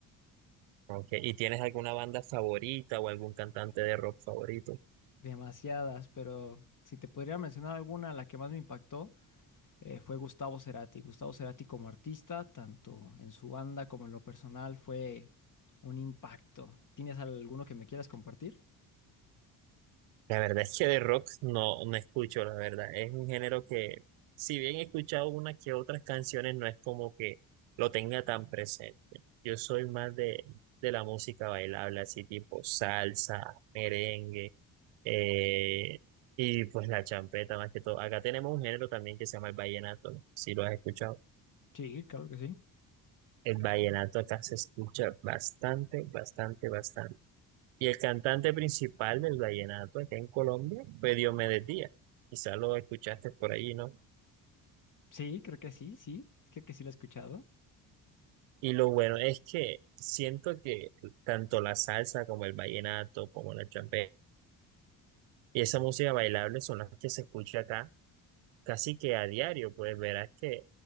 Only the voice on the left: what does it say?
Demasiadas, pero si te podría mencionar alguna, la que más me impactó eh, fue Gustavo Cerati. Gustavo Cerati como artista, tanto en su banda como en lo personal, fue un impacto. ¿Tienes alguno que me quieras compartir?
Sí, claro que sí.
Sí, creo que sí, sí, creo que sí lo he escuchado.